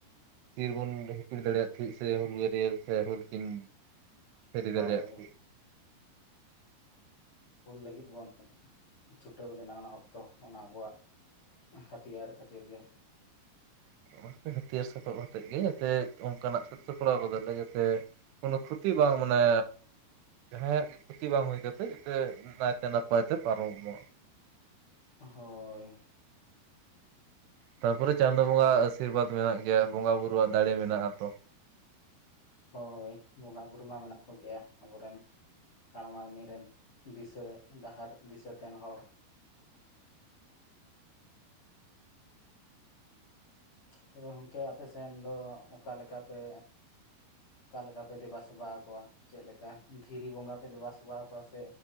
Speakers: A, on the right (about 80°); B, on the left (about 45°).
A: ᱪᱤᱨ ᱵᱚᱱ ᱦᱤᱯᱤᱲ ᱫᱟᱲᱮᱭᱟᱜ ᱛᱟᱦᱮᱫ ᱥᱮ ᱦᱩᱞᱜᱟᱹᱨᱭᱟᱹ ᱥᱮ ᱦᱩᱞ ᱠᱤᱱ <unintelligible> ᱫᱟᱲᱮᱭᱟᱜ
B: ᱦᱳᱭ
A: ᱛᱟᱦᱮᱜ <unintelligible>
B: ᱦᱩᱞ ᱞᱟᱹᱜᱤᱫ ᱵᱚᱱ ᱪᱷᱩᱴᱟᱹᱣ ᱞᱮᱱᱟ ᱚᱱᱟ ᱚᱠᱛᱚ ᱚᱱᱟ ᱟᱵᱚᱣᱟᱜ ᱦᱟᱛᱤᱭᱟᱨ ᱠᱷᱟᱹᱛᱤᱨ ᱜᱮ
A: <unintelligible> ᱚᱱᱟᱛᱮ ᱦᱟᱹᱛᱭᱟᱹᱨ ᱥᱟᱯᱟᱵ ᱦᱟᱛᱮᱜ ᱜᱮ ᱡᱟᱛᱮ ᱚᱱᱠᱟᱱᱟᱜ ᱥᱟ. ᱛ-ᱥᱟ. ᱛ ᱯᱟᱲᱟᱣ ᱜᱚᱫᱟᱞᱮ ᱡᱟᱛᱮ ᱠᱚᱱᱚ ᱠᱷᱩᱛᱤ ᱵᱟᱝ ᱢᱟᱱᱮ ᱡᱟᱦᱟᱸᱭᱟᱜ ᱜᱮ ᱠᱷᱚᱛᱤ ᱵᱟᱝ ᱦᱩᱭ ᱠᱟᱛᱮ ᱡᱟᱛᱮ ᱱᱟᱭᱛᱮ ᱱᱟᱯᱟᱭ ᱛᱮ ᱯᱟᱨᱚᱢᱚᱜ
B: ᱦᱚᱻᱭ...
A: ᱛᱟᱯᱚᱨᱮ ᱪᱟᱸᱫᱚ ᱵᱚᱸᱜᱟᱟᱜ ᱟᱥᱤᱨᱵᱟᱫᱽ ᱢᱮᱱᱟᱜ ᱜᱮᱭᱟ ᱵᱚᱸᱜᱟ ᱵᱩᱨᱩ ᱣᱟᱜ ᱫᱟᱲᱮ ᱢᱮᱱᱟᱜᱼᱟ ᱛᱚ
B: ᱦᱳᱭ ᱵᱚᱸᱜᱟ ᱵᱩᱨᱩ ᱢᱟ ᱢᱮᱱᱟᱜ ᱠᱚ ᱜᱮᱭᱟ ᱟᱵᱚᱨᱮᱱ ᱠᱟᱬᱟ ᱢᱟᱹᱱᱢᱤ ᱨᱮᱱ ᱫᱤᱥᱟᱹ ᱰᱟᱦᱟᱨ ᱫᱤᱥᱟᱹᱛᱮᱱ ᱦᱚᱲ ᱛᱚᱵᱮ ᱜᱚᱝᱠᱮ ᱟᱯᱮᱥᱮᱱ ᱫᱚ ᱚᱠᱟᱞᱮᱠᱟ ᱯᱮ ᱚᱠᱟ ᱞᱮᱠᱟ ᱯᱮ ᱫᱮᱵᱟ ᱥᱮᱵᱟ ᱟᱠᱚᱣᱟ ᱪᱮᱫ ᱞᱮᱠᱟ ᱫᱷᱤᱨᱤ ᱵᱚᱸᱜᱟ ᱯᱮ ᱫᱮᱵᱟ ᱥᱮᱵᱟ ᱟᱠᱚᱣᱟ ᱥᱮ